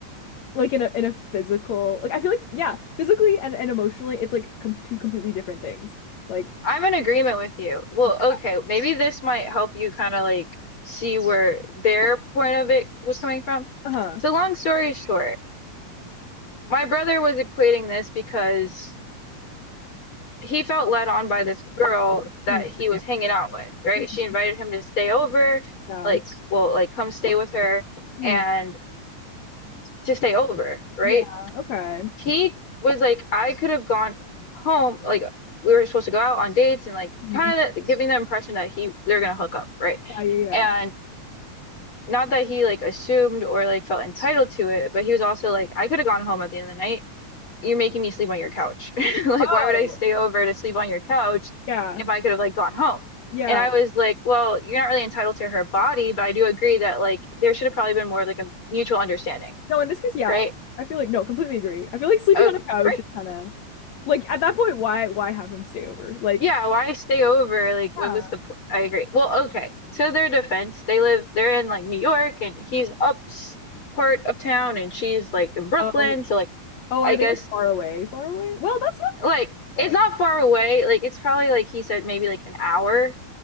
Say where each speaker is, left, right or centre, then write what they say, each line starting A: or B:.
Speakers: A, on the left (about 65°); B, on the left (about 40°).
A: like in a in a physical like I feel like yeah, physically and, and emotionally it's like com two completely different things. Like
B: I'm in agreement with you. Well,
A: yeah,
B: okay, maybe this might help you kind of like see where their point of it was coming from.
A: uh-huh.
B: So long story short, My brother was equating this because he felt led on by this girl that
A: Mm,
B: he was hanging out with, right?
A: mhm,
B: She invited him to stay over,
A: yeah.
B: like, well, like come stay with her
A: mhm,
B: and to stay over, right?
A: Yeah, okay.
B: He was like, I could have gone home, like we were supposed to go out on dates and like
A: mhm,
B: kind of giving the impression that he they're gonna hook up, right?
A: Yeah, yeah, yeah.
B: And not that he like assumed or like felt entitled to it, but he was also like, I could have gone home at the end of the night you're making me sleep on your couch. <laughs> Like,
A: Oh,
B: why would I stay over to sleep on your couch
A: yeah.
B: if I could have like gone home?
A: Yeah.
B: And I was like, well, you're not really entitled to her body, but I do agree that like there should have probably been more of like a mutual understanding,
A: No, in this case, yeah.
B: right?
A: I feel like no, completely agree. I feel like sleeping
B: Okay,
A: on a couch
B: right.
A: is kind of like at that point, why why have him stay over? Like,
B: Yeah, why stay over? Like, what
A: yeah.
B: was the point? I agree. Well, okay. To their defense, they live, they're in like New York and he's up s- part of town and she's like in Brooklyn.
A: Oh,
B: So like,
A: oh,
B: I
A: are
B: guess
A: they like far away? Far away? Well, that's not
B: like
A: far.
B: it's not far away. Like, it's probably like he said maybe like an hour